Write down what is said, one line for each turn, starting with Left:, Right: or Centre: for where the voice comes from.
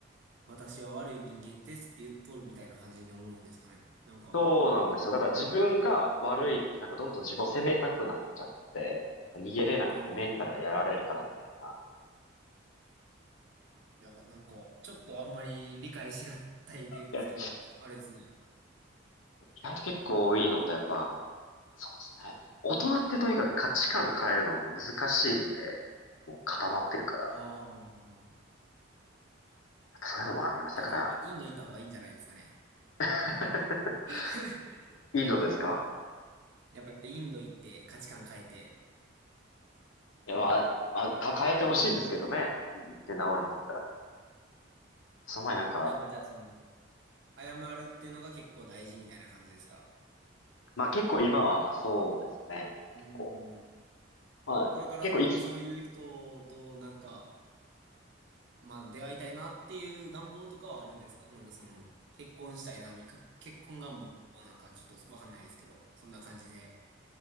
Right: 私は悪い人間ですって言っとるみたいな感じに思うんですかね。なんか、
Left: そうなんですよ。だから自分が悪いって、なんかどんどん自分を責めたくなっちゃって、なんか逃げれなくてメンタルがやられるからみたいな。
Right: あーいや、なんか、ちょっとあんまり理解しがたいですけど、
Left: いや、
Right: あれですね。
Left: 意外と結構多いのと、
Right: いや、
Left: やっぱ、そうですね。大人ってとにかく価値観変えるの難しいんで、もう固まってるから、や
Right: ああ。
Left: っぱそういうのもあります。
Right: いや、
Left: だから、
Right: やっぱインド行った方がいいんじゃないですかね。
Left: <laughs>
Right: <laughs>
Left: インドですか
Right: やっぱインド行って価値観変えて、
Left: いや、まあ、まあ、か変えてほしいですけどね。行って治るんだったら。その前なんか、
Right: やっぱじゃあその、謝るっていうのが結構大事みたいな感じですか。
Left: まあ結構今はそうですね。
Right: うーん。
Left: 結構。まあ結構いき、
Right: これから先そういう人となんか、
Left: い
Right: まあ出会いたいなっていう願望とかはあるんですかなんかその、結婚したいな、みか結婚願望なんかちょっとわかんないですけど、そんな感じで。